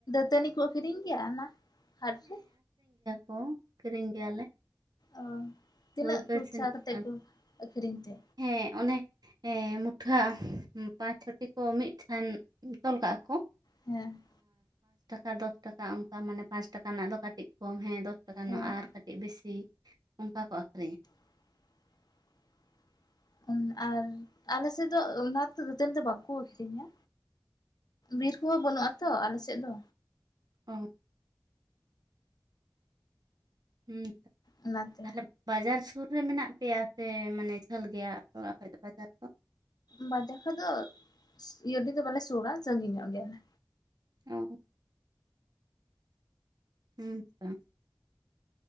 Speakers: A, on the left; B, on the right.
A: ᱫᱟᱹᱛᱟᱹᱱᱤ ᱠᱚ ᱟᱹᱠᱷᱨᱤᱧ ᱜᱮᱭᱟ ᱚᱱᱟ ᱦᱟᱴ ᱨᱮ?
B: ᱦᱚ ᱟᱠᱷᱤᱨᱤᱧ ᱜᱮᱭᱟᱞᱮ᱾
A: ᱚ ᱛᱤᱱᱟᱹᱜ
B: <unintelligible>
A: ᱯᱚᱭᱥᱟ ᱠᱟᱛᱮᱫ ᱠᱚ ᱟᱹᱠᱷᱨᱤᱧ ᱛᱮ
B: ᱦᱮᱸ ᱚᱱᱮ ᱦᱮᱸ ᱢᱩᱴᱷᱟᱹ ᱯᱟᱸᱪ ᱪᱷᱚᱴᱤ ᱠᱚ ᱢᱤᱫ ᱴᱷᱟᱱ ᱛᱚᱞ ᱠᱟᱜ ᱠᱚᱣᱟ
A: ᱦᱮᱸ
B: <unintelligible> ᱫᱚᱥ ᱴᱟᱠᱟ ᱚᱱᱠᱟ ᱢᱟᱱᱮ ᱯᱟᱸᱪ ᱴᱟᱠᱟ ᱨᱮᱱᱟᱜ ᱫᱚ ᱠᱟᱹᱴᱤᱡ ᱠᱚᱢ ᱦᱮᱸ ᱫᱚᱥ ᱴᱟᱠᱟ ᱨᱮᱱᱟᱜ
A: ᱦᱮᱸ
B: ᱟᱨ ᱠᱟᱹᱴᱤᱡ ᱵᱮᱥᱤ ᱚᱱᱠᱟ ᱠᱚ ᱟᱠᱷᱨᱤᱧᱟ᱾
A: <inaudible> ᱟᱨ ᱟᱞᱮ ᱥᱮᱫ ᱫᱚ ᱚᱱᱟ ᱫᱟᱹᱛᱟᱹᱱᱤ ᱫᱚ ᱵᱟᱠᱚ ᱟᱹᱷᱨᱤᱧᱟ᱾ ᱵᱤᱨ ᱠᱚᱦᱚᱸ ᱵᱟᱹᱱᱩᱜᱼᱟᱛᱚ ᱟᱞᱮ ᱥᱮᱫ ᱫᱚ᱾
B: ᱦ <unintelligible> ᱦᱮᱸ
A: ᱚᱱᱟᱛᱮ
B: ᱛᱟᱦᱞᱮ ᱵᱟᱡᱟᱨ ᱥᱩᱨ ᱨᱮ ᱢᱮᱱᱟᱜ ᱯᱮᱭᱟ ᱥᱮ ᱢᱟᱱᱮ ᱡᱷᱟᱹᱞ ᱜᱮᱭᱟ ᱚᱠᱚ ᱫᱚ ᱵᱟᱡᱟᱨ ᱫᱚ?
A: ᱵᱟᱡᱟᱨ ᱠᱷᱚᱡ ᱫᱚ ᱤᱭᱟᱹ ᱫᱚ ᱵᱟᱞᱮ ᱥᱩᱨ-ᱟ ᱥᱟᱺᱜᱤᱧ ᱧᱚᱜ ᱜᱮᱭᱟᱞᱮ᱾
B: ᱚ ᱦᱮᱸ ᱛᱚ